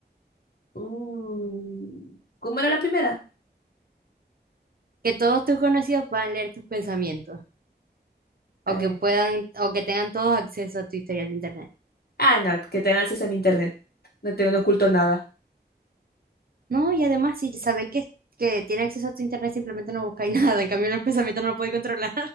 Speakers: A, on the left; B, on the right.
A: mm, ¿cómo era la primera?
B: Que todos tus conocidos puedan leer tus pensamientos
A: Eh,
B: o que puedan o que tengan todos acceso a tu historial de internet.
A: ah, no, que tengan acceso a mi internet. No tengo, no oculto nada.
B: No, y además, si sabéis que, que tiene acceso a tu internet, simplemente no buscáis <laughs> nada. En cambio, el pensamiento no lo podéis controlar.